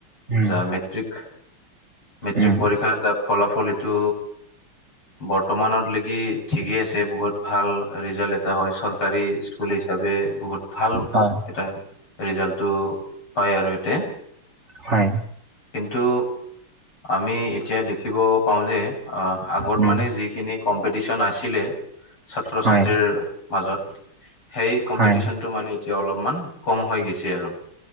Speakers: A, on the right; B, on the left.
A: উম
B: যা মেট্ৰিক মেট্ৰিক
A: উম
B: পৰীক্ষাৰ যা ফলাফল এইটো বৰ্তমানত লেকি ঠিকেই আছে বহুত ভাল। ৰিজাল্ট এটা হয় চৰকাৰী স্কুল হিচাপে। বহুত ভাল
A: হয়
B: এটা ৰিজাল্টো পায় আৰু ইয়াতে।
A: হয়
B: কিন্তু। আমি এতিয়া দেখিব পাওঁ যে অ আগত
A: উম
B: মানে যিখিনি কম্পিটিচন আছিলে ছাত্ৰ
A: হয়
B: ছাত্ৰীৰ মাজত। সেই কম্পিটিচন
A: হয়
B: টো মানে এতিয়া অলপমান কম হৈ গৈছে আৰু।